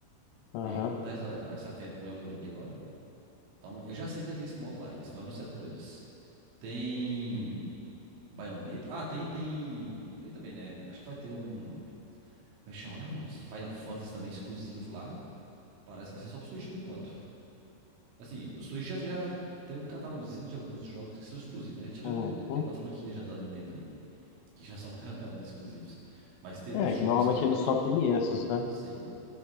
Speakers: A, on the left (about 80°); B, on the right (about 75°).
A: Aham.
B: E aí, como tá essa, essa febre com o Elden Ring agora? Então, eu já sei que já tem esse modo lá, e isso foi anunciado por eles. Tem Bayonetta. Ah, tem, tem. Tem também, né? Acho que vai ter um. Como é que chama lá, moço? Final Fantasy também exclusivo lá. Parece que vai ser só pro Switch por enquanto. Assim, o Switch já, já tem um catálogozinho de alguns jogos que são exclusivos, né? Tirando
A: Uhum.
B: o que é da franquia já da Nintendo ali, que já são <laughs> realmente exclusivos. Mas tem
A: É,
B: uns jogos
A: que normalmente
B: lá que
A: ele
B: eles
A: só
B: já.
A: tem esses, né?
B: Sim.